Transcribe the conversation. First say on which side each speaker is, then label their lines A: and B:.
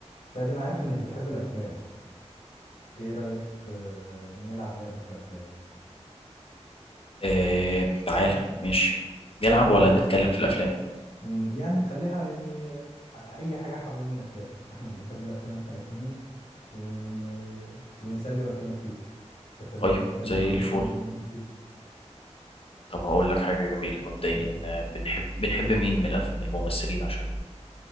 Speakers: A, on the left; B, on the left.
A: فادي انا عارف انك بتحب الافلام ايه رايك آه، نلعب لعبه في الافلام
B: آه تعالى ماشي نلعب
A: انت
B: ولا
A: ك...
B: نتكلم في الأفلام
A: م، يعني خليها يعني آه، اي حاجه حوالين الافلام احنا بنحب الافلام احنا الاتنين ون... آه، ونسلي وقتنا فيهم فخلينا
B: طيب
A: نتكلم
B: زي
A: عنهم
B: الفل
A: آه، ونشوف
B: طب هقول لك حاجة جميلة مبدئيا
A: م.
B: آه، بنحب بنحب مين من الأف- من الممثلين عشان